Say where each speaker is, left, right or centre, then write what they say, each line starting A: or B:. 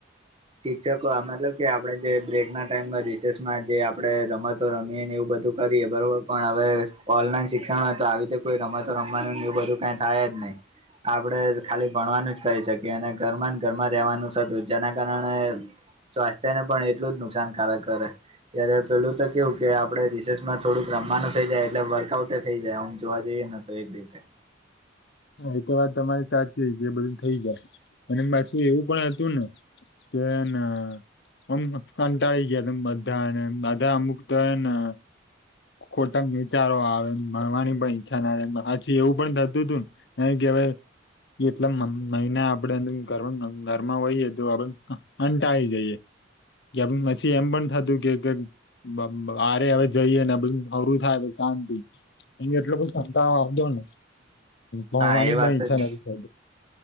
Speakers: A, on the right; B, on the left.
A: શિક્ષકો આ મતલબ કે, આપડણે જે બ્રેક ના ટાઈમમાં રિસેસમાં જે આપડે રમત તો રમીએ ને એવું બધુ કરીએ બરોબર, પણ હવે ઓનલાઈન શિક્ષણ ઓય, તો આવી રીતે કોઈ રમાતો રમવાનું એવું બધું કાઈ થાય જ નઈ. આપડે ખાલી ભણવાનું જ કરી સ કીએ અને ઘરમા ન ઘરમા રેવાનું ઝ અતુ, જેના કારણે સ્વાસ્થ્ય ને પણ એટલુ જ નુકસાનકારક કરે. ત્યારે પેલુ તો કેવું કે, આપડે રિસેસમાં થોડુંક રમવાનુ થઇ જાય એટલે વર્કઆઉટે થઈ જાય ઓમ જોવા જઈએ ન. તોયે ની થાય.
B: એતો વાત તમારી સાચી કે, બધું થઈ જાય અને પાછું એવું પણ હતું ને કે ના હમ કંટાળી ગીયા ન બધાને બધા અમુક તો એ ના ખોટા વિચારો આવેને ભણવાની પણ ઈચ્છા ના રે હાચી એવુ પણ થતુ અતુ ને. નઈ કેવાય. એટલા મ-મ-મહિના ઘર્મ-ઘરમાં હોઈએ તો આપડે હંટાઈ જઈએ. કે પછી એમ પણ થતું કે-કે બ-બારે હવે જઈએ ને બધુ નવરું થાય, તો સાંતિ એન એટલો બધો કંટાળો આવતો ને ભણવાની
A: હા એ
B: પણ
A: વાત
B: ઈચ્છા
A: જ
B: નથી થતી.